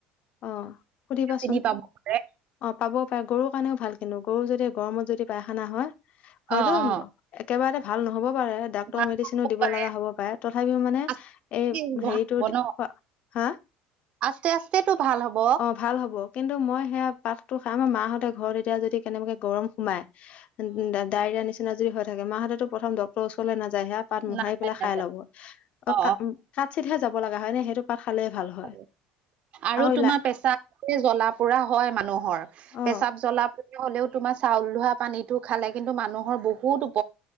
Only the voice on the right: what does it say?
চিনি পাব পাৰে
অ অ
ভাল
হ'ব
পাৰে
আছে
কি ভাল
হ'ব ন
আস্তে আস্তেটো ভাল হ'ব।
নাযায়
নাযায়
অ
অ আৰু
তোমাৰ প্ৰেচাব জ্বলা পোৰা হয় মানুহৰ
প্ৰেচাব জ্বলা পোৰা হ'লেও তোমাৰ চাউল ধোৱা পানীতটো খালে কিন্তু মানুহৰ বহুত উপ